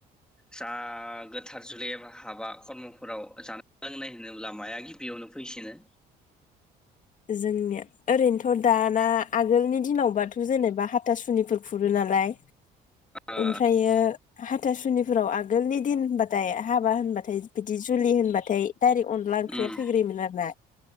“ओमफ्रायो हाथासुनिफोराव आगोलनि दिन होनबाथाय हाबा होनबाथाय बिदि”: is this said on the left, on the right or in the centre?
Left